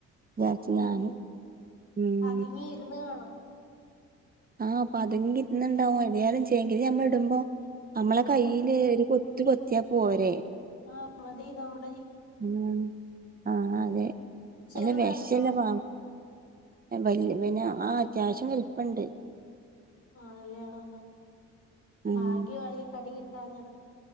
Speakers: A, on the right; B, on the left.
A: വിചാരിച്ചു
B: ഏ
A: ഞാന് ഉം
B: അതിങ്ങ ഇരുന്ന് കാണും.
A: ആഹ് അപ്പൊ അതെകി ന്ന് ഉണ്ടാകുയ <unintelligible> ച്യങ്കില് ഞമ്മൾ ഇടുമ്പോ നമ്മളെ
B: ഉം
A: കൈയ്യില്
B: ഉം ഉം
A: ഒരു കൊ ത് കൊത്തിയാ പോരെേ?
B: ആ മതി നാം-
A: ഉ ആഹ് അതെ
B: ചെറുതായിരുന്നോ
A: അല്ല വേഷലപ്പ <unintelligible> അത്യാവശ്യം വലിപ്യണ്ട്.
B: ആണല്ലേ ആഹ്
A: ഉം
B: ഭാഗ്യമായി കട ട്ടാഞ്ഞത്